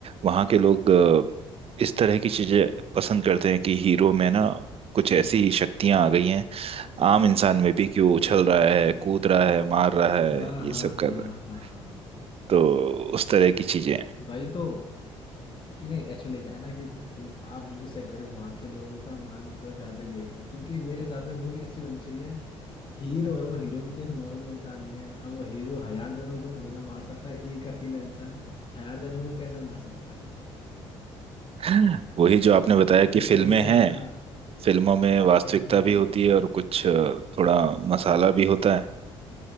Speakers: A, on the right (about 40°); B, on the left (about 35°).
A: वहाँ के लोग अ, इस तरह की चीजें पसंद करते हैं कि हीरो में ना कुछ ऐसी शक्तियां आ गई हैं आम इंसान में भी कि वो उछल रहा है कूद रहा है मार रहा है
B: हाँ
A: ये
B: हाँ
A: सब कर
B: हाँ
A: रहा है
B: हाँ
A: तो उस तरह की चीजें
B: वही तो नहीं एक्चुअली क्या है ना कि बिल, आप बिल्कुल सही कह रहे हो वहाँ के लोगों का मानना थोड़ा ज्यादा यही है क्योंकि मेरे हिसाब से मूवी ऐसी होनी चाहिए हीरो है वो हीरो भी तो एक नॉर्मल इंसान ही है अब वो हीरो हजार जनों को थोड़ी ना मार सकता है एक अकेला इंसान हजार जनों को कैसे मार सकता है
A: हैं वही जो आपने बताया
B: भाई
A: कि फिल्में
B: थोड़ी ज्यादा
A: हैं फिल्मों में वास्तविकता
B: हम्म हम्म
A: भी होती
B: हम्म
A: है और कुछ अ, थोड़ा मसाला भी होता